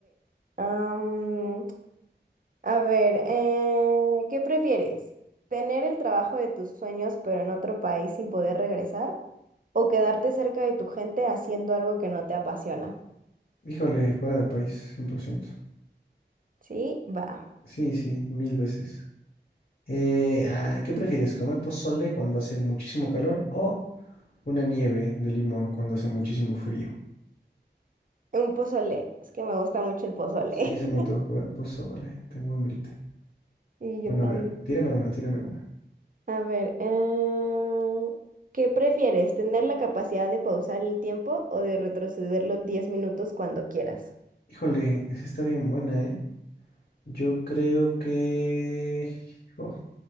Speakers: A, on the right; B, on the left.
A: ok, A ver, eh, ¿qué prefieres? ¿Tener el trabajo de tus sueños pero en otro país sin poder regresar? ¿O quedarte cerca de tu gente haciendo algo que no te apasiona?
B: Híjole, fuera del país, 100%.
A: Sí, va.
B: Sí, sí, mil veces. Eh, ah, ¿qué prefieres, comer pozole cuando hace muchísimo calor o una nieve de limón cuando hace muchísimo frío?
A: Un pozole. Es que me gusta mucho el pozole.
B: Sí, se me antojó
A: <laughs>
B: el pozole, tengo hambrita.
A: Y
B: Bueno,
A: yo también.
B: a ver, tírame una, tírame una.
A: A ver, eh, ¿qué prefieres? ¿Tener la capacidad de pausar el tiempo o de retrocederlo 10 minutos cuando quieras?
B: Híjole, esa está bien buena, ¿eh? Yo creo que... jo,